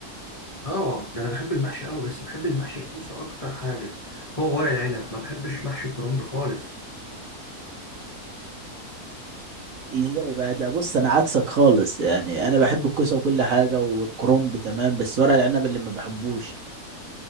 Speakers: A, on the left; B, on the right.
A: اه ده انا بحب المحشي قوي بس بحب المحشي الكوسه اكتر حاجه هو ورق العنب ما بحبش محشي الكرنب خالص
B: ازاي بقى ده بص انا عكسك خالص يعني انا بحب الكوسه وكل حاجه والكرنب تمام بس ورق العنب اللي ما بحبوش